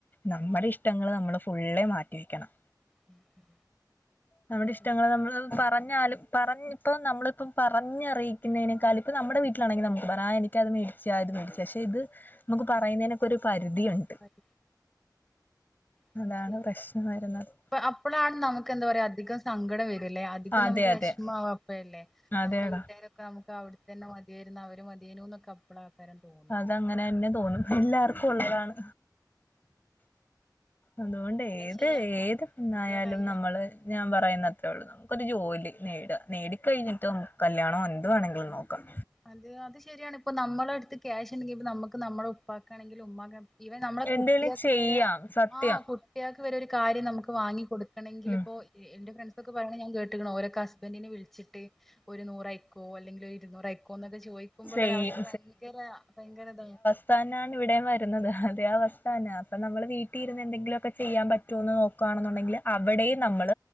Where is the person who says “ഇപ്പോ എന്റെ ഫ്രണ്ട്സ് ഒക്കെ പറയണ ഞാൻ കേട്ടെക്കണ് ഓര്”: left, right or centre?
Centre